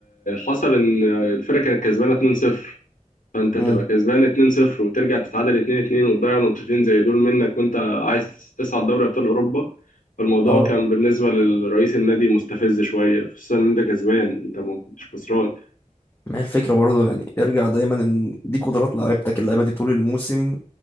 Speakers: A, on the left (about 80°); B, on the left (about 15°).
A: حصل إن الفرقة كانت كسبانة 2-0 فانت
B: امم
A: تبقى كسبان 2-0 وترجع تتعادل 2-2 وتضيع نقطتين زي دول منك وانت عايز تصعد دوري ابطال اوروبا فالموضوع
B: اه
A: كان بالنسبه لرئيس النادي مستفز شويه خصوصا ان انت كسبان انت ما كنتش خسران
B: ما هي الفكرة برضو يعني ارجع دايما ان دي قدرات لعيبتك اللعيبة دي طول الموسم